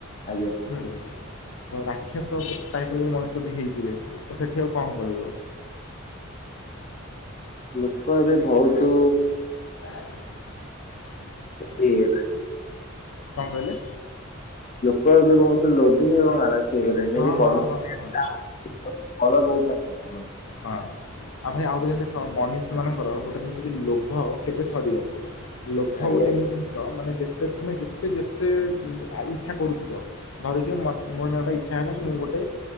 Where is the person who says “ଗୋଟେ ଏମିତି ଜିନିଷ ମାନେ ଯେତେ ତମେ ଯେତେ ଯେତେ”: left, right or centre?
Left